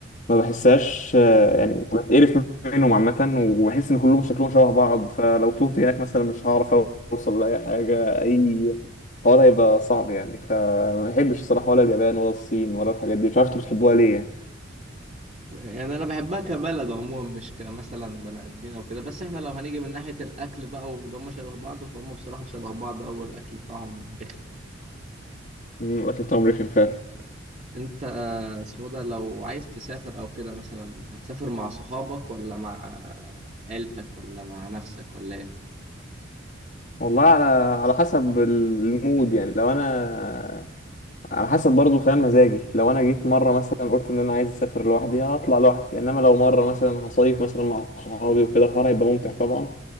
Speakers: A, on the left; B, on the right.
A: ما بحسهاش آه، يعني بتقرف منهم عامة وبحس إن كلهم شكلهم شبه بعض فلو تهت هناك مثلا مش هعرف أوصل لأي حاجة أي حوار هيبقى صعب يعني فما بحبش الصراحة ولا اليابان ولا الصين ولا الحاجات دي مش عارف أنتوا بتحبوها ليه يعني
B: يعني انا بحبها كبلد عموما مش كمثلا بني ادمين او كده بس احنا لو هنيجي من ناحيه الاكل بقى وان هم شبه بعض فهم بصراحه شبه بعض او الاكل بتاعهم رخم
A: أمم، الأكل بتاعهم رخم فعلا
B: انت اسمه ده لو عايز تسافر او كده مثلا هتسافر مع صحابك ولا مع عيلتك ولا مع نفسك ولا ايه
A: والله على على حسب المود يعني لو أنا على حسب برضه فاهم مزاجي لو انا جيت مره مثلا قلت ان انا عايز اسافر لوحدي هطلع لوحدي انما لو مره مثلا هصيف مثلا مع صحابي وكده الحوار هيبقى ممتع طبعا